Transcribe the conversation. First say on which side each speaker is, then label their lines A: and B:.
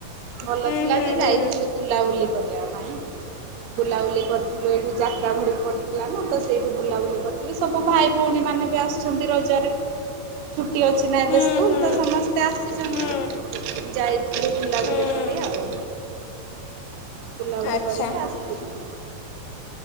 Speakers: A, on the right; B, on the left.
A: ଭଲ
B: ହୁଁ
A: ଥିଲା
B: ହୁଁ
A: ଯେ ଯାଇଥିଲୁ
B: ହୁଁ
A: ବୁଲାବୁଲି କରିବା ପାଇଁ ବୁଲାବୁଲି କରିଥିଲୁ ଏଇଠି ଯାତ୍ରା ଘଡି ପଡ଼ିଥିଲା ନା ତ ସେଇଠୁ ବୁଲାବୁଲି କରିଥିଲି ସବୁ ଭାଇ ଭଉଣୀ ମାନେ ବି ଆସିଛନ୍ତି ରଜରେ। ଛୁଟି ଅଛି ନା ଏବେ
B: ହୁଁ
A: ସ୍କୁଲ
B: ହୁଁ ହୁଁ
A: ତ ସମସ୍ତେ ଆସିଛନ୍ତି।
B: ହୁଁ
A: ଯାଇ ବୁଲାବୁଲି
B: ହୁଁ।
A: କରି ଆଉ ବୁଲାବୁଲି
B: ଆଚ୍ଛା
A: କରିକି ଆସିଥିଲୁ।